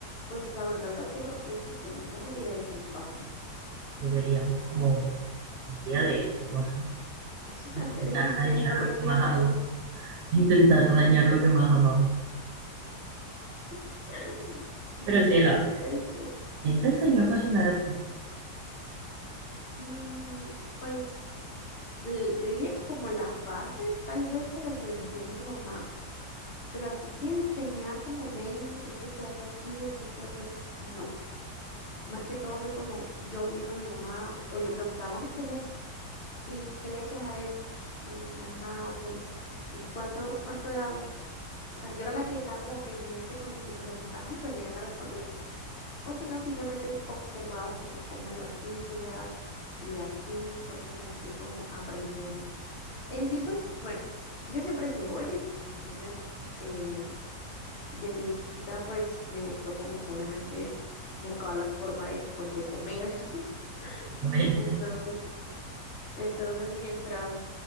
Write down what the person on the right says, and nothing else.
Deberíamos como un día de estos, no sé,
intentar
dañar
lo
que
más
amamos, intentar dañar lo que más amamos.
Pero sí, a ver,
¿quién te enseñó a cocinar a ti?
Obviamente.